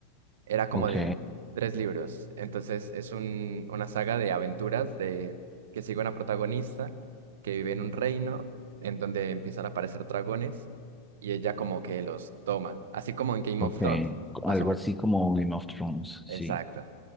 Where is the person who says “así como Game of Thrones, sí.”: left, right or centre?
Centre